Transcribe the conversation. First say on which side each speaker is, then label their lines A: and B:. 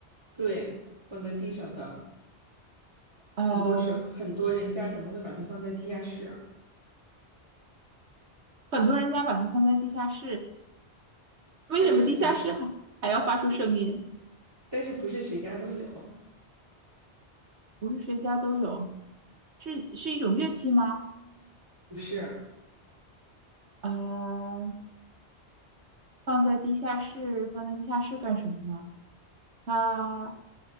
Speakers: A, on the right; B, on the right.
A: 对，放在地上的，
B: 呃，
A: 很多时候很多人家可能会把它放在地下室，
B: 很多人家把它放在地下室，为什么地下室还还要发出声音？
A: 但是不是，但是不是谁家都有，
B: 不是谁家都有，是是一种乐器吗？
A: 不是
B: 呃，放在地下室，放在地下室干什么呢？它